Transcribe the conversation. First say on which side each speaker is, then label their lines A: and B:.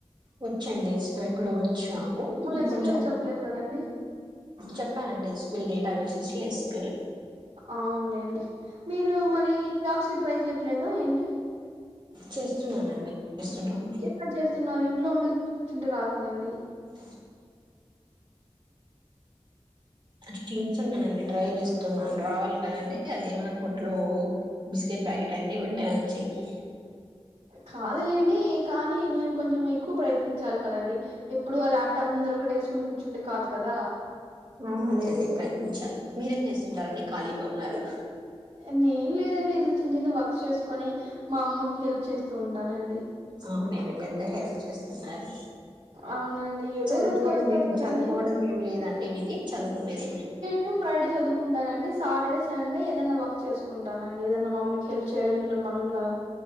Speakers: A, on the right; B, on the right.
A: వచ్చండి స్కీల్ కూడా వచ్చు నాకు
B: మళ్ళీ ఎస్‌క్యూఎల్
A: కొంచెం
B: చెప్పలేదు కదండీ.
A: చెప్పానండి ఎసుపీల్ డేటా వేసెస్లో ఎస్పీఎలే
B: అవునులేండి మీరు మరి జాబ్స్కి ట్రై చేయ్యట్లేదా ఏంటి
A: చేస్తున్నానండి చేస్తున్నాను
B: ఎట్ల చేస్తున్నారు ఇంట్లో ఉండ కూర్చుంటే రాదు కదండి
A: అ అష్టిస్తున్నానండి డ్రైవ్ ఇస్తున్నా రావాలి కదండి అది ఏమనా కొట్లో బిస్కెట్ ప్యాకెటండి వెంట ఒచ్చేకి
B: కాదులేండి కానీ మీరు కొంచెం ఎక్కువ ప్రయత్ ఇంచాలి కదండి ఎప్పుడు ఆ ల్యాప్టాప్ ముందర ఒకటి యేసుకొని గూర్చుంటే కాదు కదా
A: ఆహ లేదు లే ప్రయత్నించాలి మీరేం జేస్తుంటారని ఖాళీగా ఉన్నారు
B: ఎ నేన్ లేదండి ఎల్లి చిన్న చిన్న వర్క్స్ చేసుకుని మా అమ్మకి హెల్ప్ చేస్తూ ఉంటానండి
A: అవునండి పెద్ద హెల్ప్ చేస్తున్నారు
B: అవునండి ఏదో
A: చదువుకోవడం
B: దానికి వస్తది
A: ఏమి
B: కదండి.
A: చదువుకోవడం ఏమి లేదండి మీది చదువుకుండేద్ ఏమి లేద్
B: టూ ఫ్రైడే చదువుకుంటానండి సాటర్డే సండే ఏదన్నా వర్క్ చేసుకుంటానండి ఏదన్నా మమ్మీ హెల్ప్ చేయడం ఇంట్లో పనులు అల